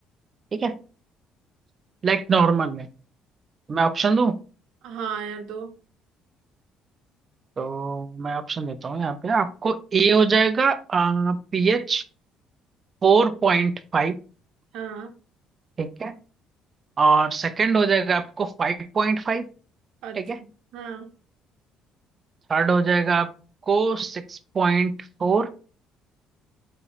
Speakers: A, on the right; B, on the right.
A: ठीक है लाइक नॉर्मल में मैं ऑप्शन दूं
B: हाँ यार दो
A: तो मैं ऑप्शन देता हूँ यहाँ पे आपको ए हो जाएगा पीएच फोर पॉइंट फाइव
B: हाँ
A: ठीक है और सेकंड हो जाएगा आपको फाइव पॉइंट फाइव
B: अच्छा
A: ठीक है
B: हाँ
A: थर्ड हो जाएगा आपको सिक्स पॉइंट फोर